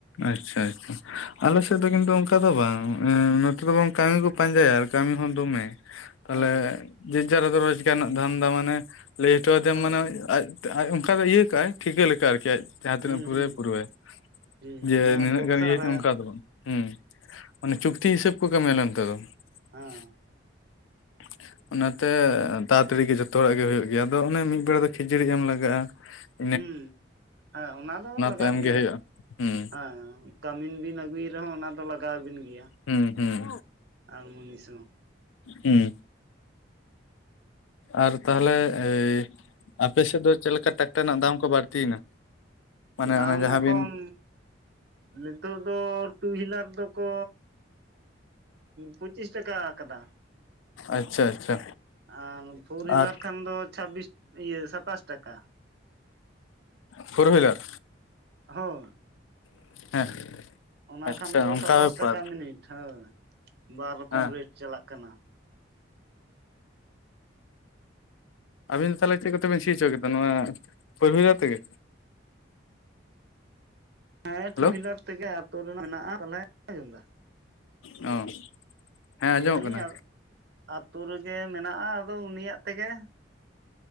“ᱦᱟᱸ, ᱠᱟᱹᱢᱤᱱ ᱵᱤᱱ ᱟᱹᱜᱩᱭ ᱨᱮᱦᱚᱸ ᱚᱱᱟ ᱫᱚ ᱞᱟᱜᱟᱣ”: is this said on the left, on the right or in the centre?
Right